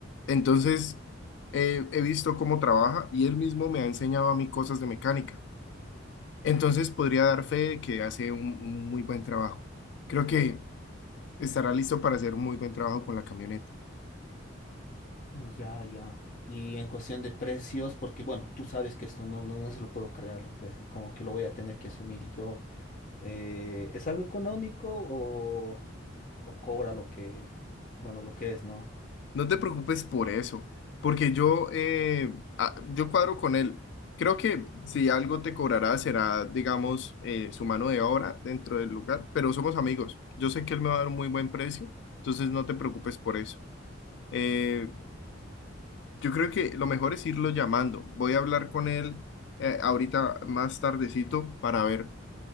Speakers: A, on the left; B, on the left.
A: Entonces eh, he visto cómo trabaja y él mismo me ha enseñado a mí cosas de mecánica. Entonces podría dar fe de que hace un, un muy buen trabajo. Creo que estará listo para hacer un muy buen trabajo con la camioneta.
B: Ya, ya. Y en cuestión de precios, porque bueno, tú sabes que esto no, no, no se lo puedo cargar a la empresa, es como que lo voy a tener que asumir yo. Eh, ¿es algo económico o, o cobra lo que, bueno, lo que es, ¿no?
A: No te preocupes por eso, porque yo, eh, ah, yo cuadro con él. Creo que si algo te cobrará será, digamos, eh, su mano de obra dentro del lugar, pero somos amigos. Yo sé que él me va a dar un muy buen precio, entonces no te preocupes por eso. Eh, yo creo que lo mejor es irlo llamando. Voy a hablar con él eh, ahorita más tardecito para ver